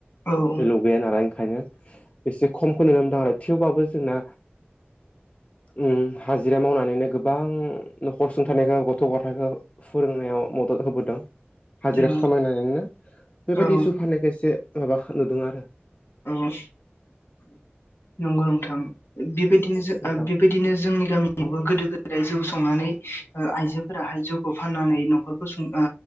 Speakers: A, on the left; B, on the left.
A: औ उम
B: एलाउ गैया नालाय ओंखायनो एसे खमखौ नुनो ओ थेवबाबो जोंना उम हाजिरा मावनानैनो गोबां न'खर सुंथानायखौ गथ' गथायखौ फोरोंनायाव मदद होबोदों। हाजिरा
A: औ
B: खामायनानैनो बेबायदि
A: औ
B: जौ फानायखो एसे माबा नुदों आरो।
A: औ।
B: उम
A: नंगौ नोनथां बेबायदिनो
B: नोंथां
A: ओ बेबायदिनो जोंनि गामियावबो गोदो गोदाय जौ स संनानै ओ आइजोफोराहाय जौखौ फाननानै न'खरखौ सुं ओ